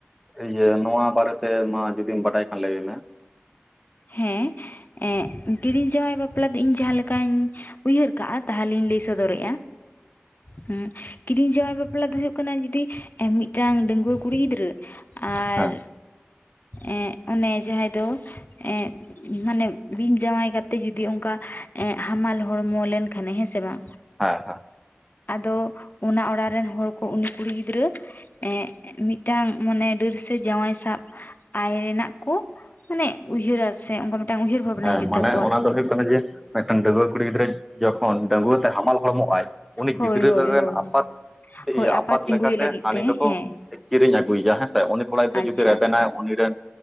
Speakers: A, in the centre; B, on the left (about 45°).
A: ᱤᱭᱟᱹ ᱱᱚᱣᱟ ᱵᱟᱨᱮᱛᱮ ᱢᱟ ᱡᱩᱫᱤᱢ ᱵᱟᱰᱟᱭ ᱠᱷᱟᱱ ᱞᱟᱹᱭᱢᱮ᱾
B: ᱦᱮᱸ ᱮᱸᱜ ᱠᱤᱨᱤᱧ ᱡᱟᱶᱟᱭ ᱵᱟᱯᱞᱟ ᱫᱚ ᱤᱧ ᱡᱟᱦᱟᱸ ᱞᱮᱠᱟᱧ ᱩᱭᱦᱟᱹᱨ ᱠᱟᱜᱼᱟ ᱛᱟᱦᱚᱞᱤᱧ ᱞᱟᱹᱭ ᱥᱚᱫᱚᱨᱮᱜᱼᱟ, ᱦᱩᱸ ᱠᱤᱨᱤᱧ ᱡᱟᱶᱟᱭ ᱵᱟᱯᱞᱟ ᱫᱚ ᱦᱩᱭᱩᱜ ᱠᱟᱱᱟ ᱡᱚᱫᱤ ᱢᱤᱫᱴᱟᱝ ᱰᱟᱹᱜᱩᱣᱟᱹ ᱠᱩᱲᱤ ᱜᱤᱫᱽᱨᱟᱹ ᱟᱨ
A: ᱦᱮᱸ
B: ᱮᱸᱜ ᱚᱱᱮ ᱡᱟᱦᱟᱸᱭ ᱫᱚ ᱮᱸᱜ ᱢᱟᱱᱮ ᱵᱤᱧ ᱡᱟᱶᱟᱭ ᱠᱟᱛᱮᱫ ᱡᱩᱫᱤ ᱮᱸᱜ ᱚᱱᱠᱟ ᱦᱟᱢᱟᱞ ᱦᱚᱲᱢᱚ ᱞᱮᱱᱠᱷᱟᱱᱮ ᱦᱮᱸ ᱥᱮ ᱵᱟᱝ?
A: ᱦᱮᱸ ᱦᱮᱸ᱾
B: ᱟᱫᱚ ᱚᱱᱟ ᱚᱲᱟᱜ ᱨᱮᱱ ᱦᱚᱲ ᱠᱚ ᱩᱱᱤ ᱠᱩᱲᱤ ᱜᱤᱫᱽᱨᱟᱹ ᱮᱸᱜ ᱢᱤᱫᱴᱟᱝ ᱢᱟᱱᱮ ᱰᱟᱹᱨ ᱥᱮ ᱡᱟᱶᱟᱭ ᱥᱟᱵ ᱟᱭ ᱨᱮᱱᱟᱜ ᱠᱚ ᱢᱟᱱᱮ ᱩᱭᱦᱟᱹᱨᱟ ᱥᱮ ᱚᱱᱠᱟ ᱢᱤᱫᱴᱟᱝ ᱩᱭᱦᱟᱹᱨ ᱵᱷᱟᱵᱽᱱᱟ
A: ᱦᱮᱸ
B: ᱦᱤᱡᱩᱜ
A: ᱢᱟᱱᱮ
B: ᱛᱟᱠᱚᱣᱟ᱾
A: ᱚᱱᱟ ᱫᱚ ᱦᱩᱭᱩᱜᱜ ᱠᱟᱱᱟ ᱡᱮ ᱢᱤᱫᱴᱮᱱ ᱰᱟᱹᱜᱩᱣᱟᱹ ᱠᱩᱲᱤ ᱜᱤᱫᱽᱨᱟᱹ ᱡᱚᱠᱷᱚᱱ ᱰᱟᱹᱜᱩᱣᱟᱹ ᱛᱮ ᱦᱟᱢᱟᱞ ᱦᱚᱲᱢᱚᱜ ᱟᱭ ᱩᱱᱤ
B: ᱦᱳᱭ
A: ᱜᱤᱫᱽᱨᱟᱹ
B: ᱦᱳᱭ
A: ᱨᱮᱱ
B: ᱦᱳᱭ᱾
A: ᱟᱯᱟᱛ
B: ᱦᱳᱭ
A: ᱤᱭᱟᱹ ᱟᱯᱟᱛ
B: ᱛᱤᱸᱜᱩᱭᱮ
A: ᱞᱮᱠᱟᱛᱮ
B: ᱞᱟᱹᱜᱤᱫ
A: ᱦᱟᱹᱱᱤ
B: ᱛᱮ
A: ᱫᱚᱠᱚ
B: ᱦᱮᱸ
A: ᱠᱤᱨᱤᱧ ᱟᱹᱜᱩᱭᱮᱭᱟ ᱦᱮᱸᱥᱮ ᱩᱱᱤ ᱠᱚᱲᱟ ᱜᱤᱫᱽᱨᱟᱹ
B: ᱟᱪᱪᱷᱟ
A: ᱡᱩᱫᱤ ᱨᱮᱵᱮᱱᱟᱭ
B: ᱟᱪᱪᱷᱟ᱾
A: ᱩᱱᱤ ᱨᱮᱱ